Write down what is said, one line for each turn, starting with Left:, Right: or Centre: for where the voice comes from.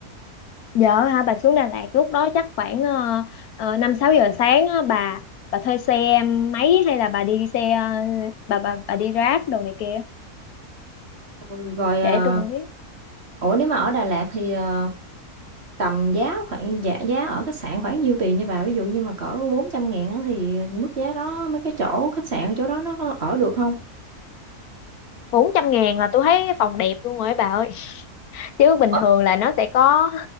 Left: Dạ hả bà xuống Đà Lạt lúc đó chắc khoảng ờ, ờ, năm sáu giờ sáng á, bà bà thuê xe máy hay là bà đi xe ờ, bà bà bà đi Grab đồ này kia
Right: Ừ, rồi ờ,
Left: để tôi cũng biết
Right: ủa nếu mà ở Đà Lạt thì ờ, tầm giá khoảng giá, giá ở khách sạn khoảng nhiêu tiền nha bà ví dụ như mà cỡ 400 ngàn á thì mức giá đó mấy cái chỗ khách sạn chỗ đó nó có ở được không
Left: bốn trăm ngàn là tôi thấy phòng đẹp luôn rồi ấy bà ơi chứ bình
Right: Ủa?
Left: thường là nó sẽ có